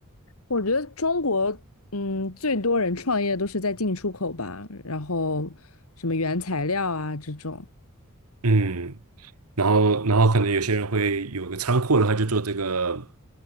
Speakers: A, on the left; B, on the right.
A: 我觉得中国，嗯，最多人创业都是在进出口吧，然后什么原材料啊这种。
B: 嗯，然后然后可能有些人会有个仓库的话，就做这个